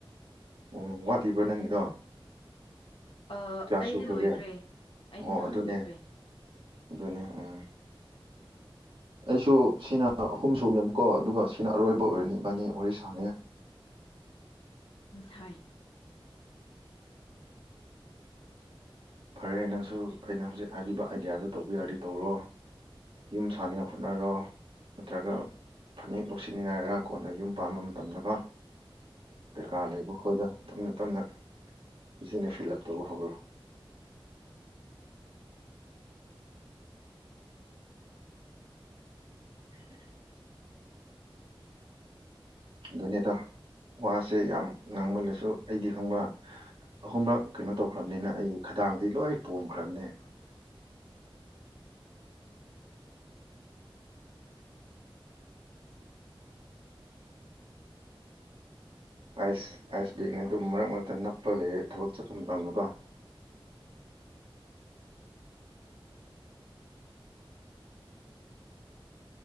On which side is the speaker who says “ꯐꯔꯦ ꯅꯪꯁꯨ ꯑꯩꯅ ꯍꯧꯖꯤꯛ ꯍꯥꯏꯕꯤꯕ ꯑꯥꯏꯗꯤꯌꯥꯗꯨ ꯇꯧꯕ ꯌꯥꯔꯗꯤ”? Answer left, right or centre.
Right